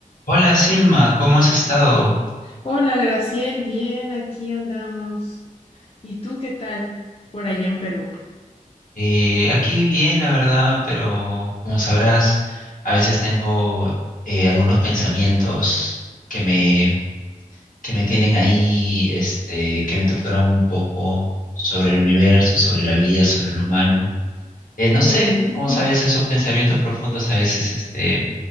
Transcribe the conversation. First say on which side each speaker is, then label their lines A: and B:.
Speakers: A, on the left; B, on the left.
A: Hola Silma, ¿cómo has estado?
B: Hola, Graciel, bien, aquí andamos. ¿Y tú qué tal por allá en Perú?
A: Eh, aquí bien, la verdad, pero como sabrás, a veces tengo eh, algunos pensamientos que me, que me tienen ahí, este, que me torturan un poco sobre el universo, sobre la vida, sobre el humano. Eh, no sé,
B: Mm.
A: como sabes, esos pensamientos profundos a veces este,